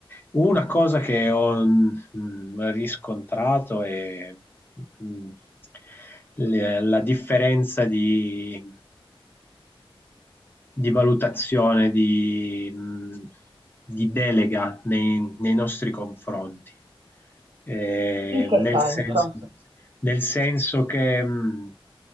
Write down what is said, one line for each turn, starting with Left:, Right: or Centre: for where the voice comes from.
Left: una cosa che ho mm, riscontrato è mm, le- la differenza di, di valutazione, di, mh, di delega nei, nei nostri confronti. Eh,
Right: In che
Left: nel
Right: senso?
Left: senso, nel senso che mh,